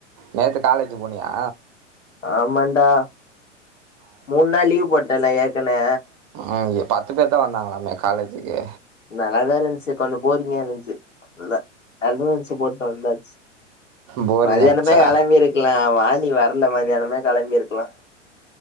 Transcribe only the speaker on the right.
நேத்து காலேஜு போனியா
ஆ அது பத்து பேர்தா வந்தாங்களாமே காலேஜுக்கு
போரிங்கா
இருந்துச்சா